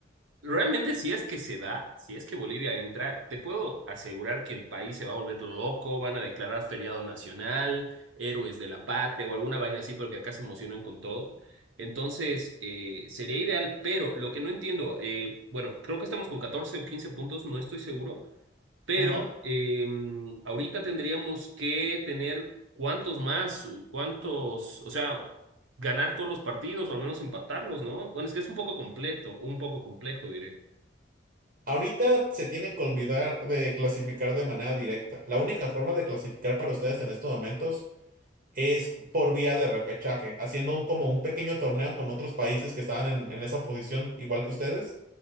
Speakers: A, on the right; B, on the right.
A: Realmente, si es que se da, si es que Bolivia entra, te puedo asegurar que el país se va a volver loco, van a declarar feriado nacional, héroes de la patria o alguna vaina así, porque acá se emocionan con todo. Entonces, eh, sería ideal, pero lo que no entiendo, eh, bueno, creo que estamos con 14 o 15 puntos, no estoy seguro, pero
B: Ajá.
A: eh, ahorita tendríamos que tener cuántos más, cuántos, o sea, ganar todos los partidos o al menos empatarlos, ¿no? Bueno, es que es un poco completo, un poco complejo, diré.
B: Ahorita se tienen que olvidar de clasificar de manera directa. La única forma de clasificar para ustedes en estos momentos es por vía de repechaje, haciendo un- como un pequeño torneo con otros países que estaban en en esa posición, igual que ustedes,